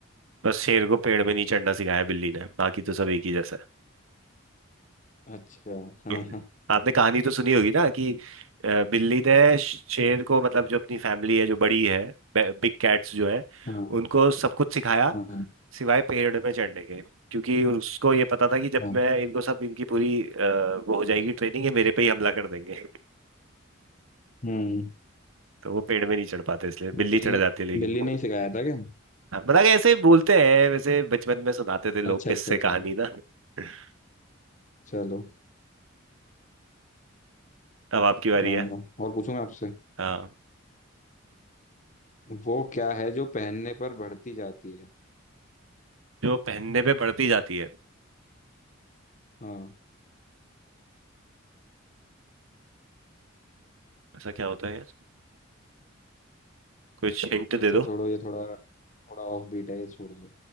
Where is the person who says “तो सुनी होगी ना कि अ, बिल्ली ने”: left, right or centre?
Right